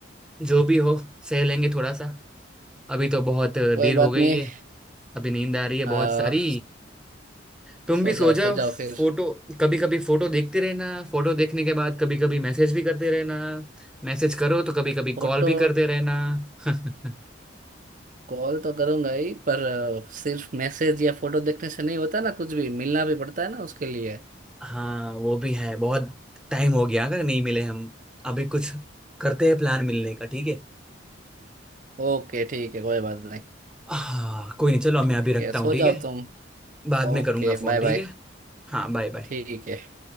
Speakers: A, in the centre; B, on the right.
A: जो भी हो सह लेंगे थोड़ा सा अभी तो बहुत
B: कोई
A: देर हो
B: बात
A: गई
B: नहीं
A: है अभी नींद आ रही है
B: आ,
A: बहुत सारी तुम
B: सो
A: भी सो
B: जाओ
A: जाओ
B: सो जाओ फिर
A: फोटो कभी कभी फोटो देखते रहना फोटो देखने के बाद कभी कभी मैसेज भी करते रहना मैसेज करो तो कभी कभी
B: फोटो
A: कॉल भी करते रहना <laughs>
B: कॉल तो करूंगा ही पर आ, सिर्फ मैसेज या फोटो देखने से नहीं होता ना कुछ भी मिलना भी पड़ता है ना उसके लिए
A: हाँ वो भी है बहुत टाइम हो गया अगर नहीं मिले हम अभी कुछ करते हैं प्लान मिलने का ठीक है
B: ओके ठीक है कोई बात नहीं
A: हाँ कोई नहीं चलो मैं
B: ठीक
A: अभी रखता
B: है
A: हूँ
B: सो
A: ठीक
B: जाओ
A: है
B: तुम
A: बाद
B: Okay
A: में करूँगा फोन
B: bye
A: ठीक
B: bye
A: है हाँ बाय बाय
B: ठीक है